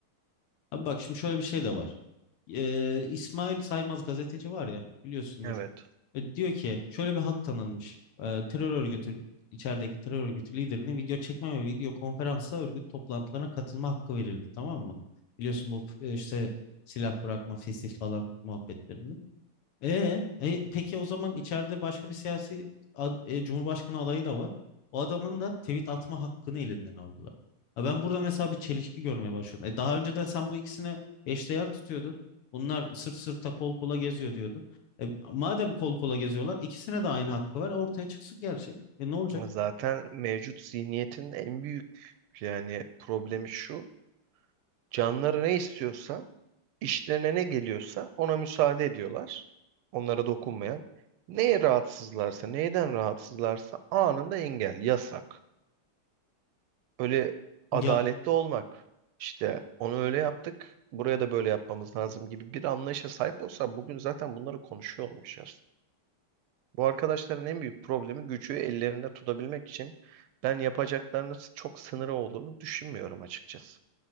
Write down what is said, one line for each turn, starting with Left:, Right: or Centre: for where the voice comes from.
Left: abi bak şimdi şöyle bir şey de var. Ee, İsmail Saymaz gazeteci var ya biliyorsundur.
Right: Evet.
Left: E, diyor ki şöyle bir hak tanınmış. E, terör örgütü içerideki terör örgütü liderine video çekme ve video konferansla örgüt toplantılarına katılma hakkı verildi tamam mı? Biliyorsun bu e, işte silah bırakma, fesih falan muhabbetlerinde. E, e, peki o zaman içeride başka bir siyasi ad- e, Cumhurbaşkanı adayı da var. O adamın da tweet atma hakkını elinden aldılar. Ha, ben burada mesela bir çelişki görmeye başlıyorum. E, daha önceden sen bu ikisini eşdeğer tutuyordun. Bunlar sırt sırta kol kola geziyor diyordun. E, madem kol kola geziyorlar ikisine de aynı hakkı var. Ortaya çıksın gerçek. E, ne olacak?
Right: Zaten mevcut zihniyetin en büyük yani problemi şu. Canları ne istiyorsa, işlerine ne geliyorsa ona müsaade ediyorlar. Onlara dokunmayan. Neye rahatsızlarsa, neyden rahatsızlarsa anında engel, yasak. Öyle adaletli
Left: Ya
Right: olmak. işte onu öyle yaptık, buraya da böyle yapmamız lazım gibi bir anlayışa sahip olsa bugün zaten bunları konuşuyor olmayacağız. Bu arkadaşların en büyük problemi gücü ellerinde tutabilmek için ben yapacaklarının çok sınırı olduğunu düşünmüyorum açıkçası.